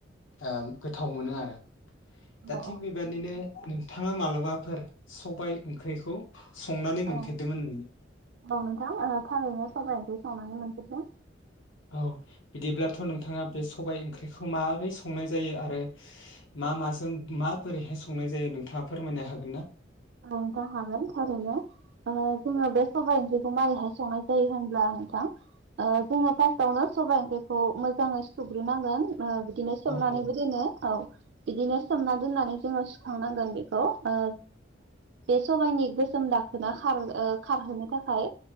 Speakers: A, on the left (about 85°); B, on the right (about 60°).
A: ओम गोथाव मोनो आरो।
B: औ
A: दा थिग बेबादिनो नोंथाङा मालाबाफोर सबाय ओंख्रिखौ संनानै मोनफेरदोंमोन
B: औ
A: नोङो
B: औ नोंथां ओ थारैनो सबाय ओंख्रि संनायनो मोनफेरदों।
A: औ बिदिब्लाथ' नोंथाङा बे सबाय ओंख्रिखौ माबोरै संनाय जायो आरो मा माजों माबोरैहाय संनाय जायो नोंथाङा फोरमायनो हागोन ना?
B: औ नोंथां हागोन थारैनो ओ जोङो बे सबाय ओंख्रिखौ माबोरैहाय संनाय जायो होनब्ला नोंथां ओ जोङो फार्स्टआवनो सबाय ओंख्रिखौ मोजाङै सुग्रोनांगोन। ओ बिदिनो सोमनानैबो
A: औ औ
B: दोनो औ बिदिनो सोमनानै दोननानै जोङो सुखांनांगोन बेखौ ओ ओ बे सबायनि गोसोम दाखोना खार ओ खारहोनो थाखाय